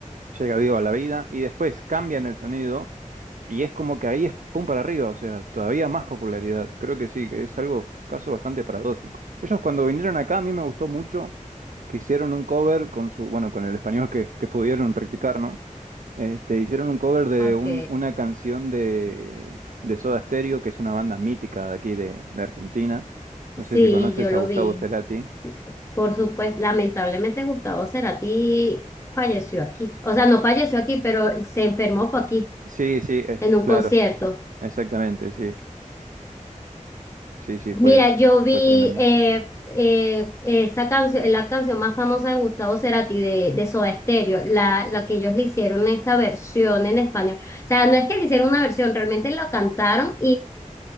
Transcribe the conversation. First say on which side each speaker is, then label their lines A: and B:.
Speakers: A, on the right; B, on the left.
A: llega vivo a la vida y después cambian el sonido y es como que ahí es pum para arriba, o sea, todavía más popularidad. Creo que sí, que es algo, caso bastante paradójico. Ellos cuando vinieron acá a mí me gustó mucho que hicieron un cover con su, bueno, con el español que, que pudieron practicar, ¿no? Este, hicieron un cover de
B: Ok.
A: un- una canción de, de Soda Stereo, que es una banda mítica de aquí de, de Argentina. No
B: Sí,
A: sé si conoces
B: yo lo
A: a Gustavo
B: vi.
A: Cerati.
B: Sí, Por supuesto, lamentablemente Gustavo Cerati falleció aquí. O sea, no falleció aquí, pero se enfermó fue aquí,
A: Sí, sí, eh,
B: en un
A: claro,
B: concierto.
A: exactamente, sí, sí, sí,
B: Mira,
A: fue,
B: yo vi
A: fue tremendo.
B: eh, eh, esa canción, la canción más famosa de Gustavo Cerati de, de Soda Stereo, la, la que ellos le hicieron esta versión en español. O sea, no es que le hicieron una versión, realmente la cantaron